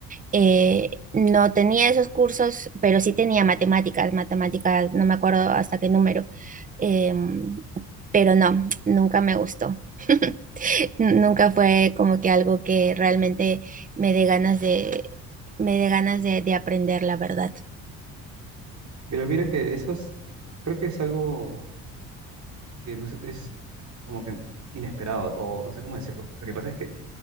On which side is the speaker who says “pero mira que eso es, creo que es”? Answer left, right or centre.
Right